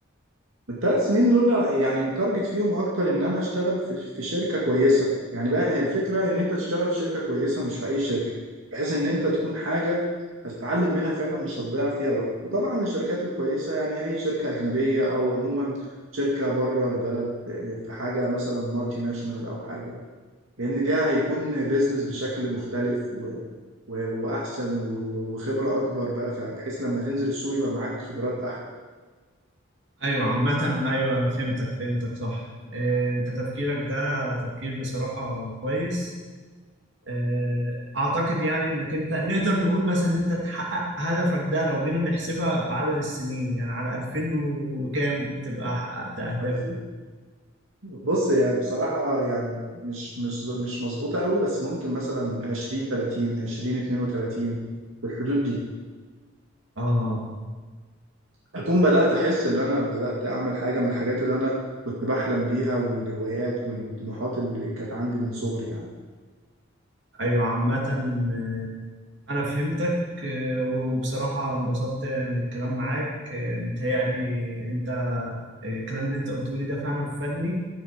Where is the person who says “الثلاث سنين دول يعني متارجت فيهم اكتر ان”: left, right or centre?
Right